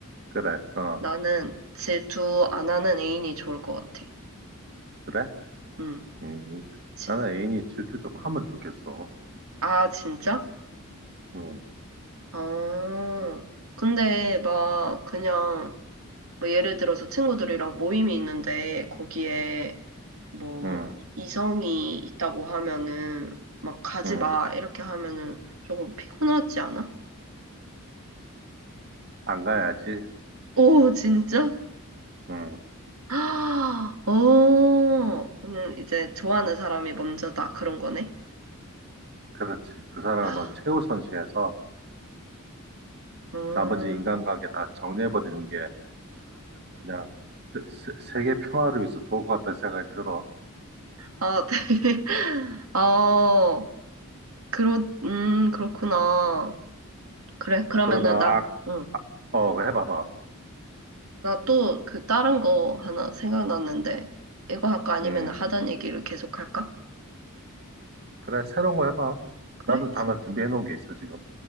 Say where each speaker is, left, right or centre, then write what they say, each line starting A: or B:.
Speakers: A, on the right; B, on the right.
A: 그래, 어,
B: 나는 질투 안 하는 애인이 좋을 것 같아.
A: 그래?
B: 응.
A: 음,
B: 질-
A: 나는 애인이 질투 좀 하면 좋겠어.
B: 아, 진짜?
A: 음,
B: 어, 근데 막 그냥, 뭐 예를 들어서 친구들이랑 모임이 있는데 거기에 뭐
A: 음,
B: 이성이 있다고 하면은 막 가지
A: 음,
B: 마 이렇게 하면은 조금 피곤하지 않아?
A: 안 가야지.
B: 오 진짜? <gasps>
A: 음,
B: 아, 어, 음, 이제 좋아하는 사람이 먼저다 그런 거네.
A: 그렇지. 그 사람을
B: 아,
A: 최우선시해서
B: 음,
A: 나머지 인간관계 다 정리해버리는 게 그냥 세, 세- 세계 평화를 위해서 좋을 것 같다는 생각이 들어.
B: 아 <laughs> 되게, 아 그렇, 음 그렇구나. 그래 그러면은
A: 그러면 아,
B: 나, 응.
A: 아 어, 그거 해봐봐.
B: 나 또 그 다른 거 하나 생각났는데, 이거 할까? 아니면
A: 음,
B: 하던 얘기를 계속 할까?
A: 그래 새로운 거 해봐.
B: 그래?
A: 나도 하나
B: 세-
A: 준비해 놓은 게 있어 지금.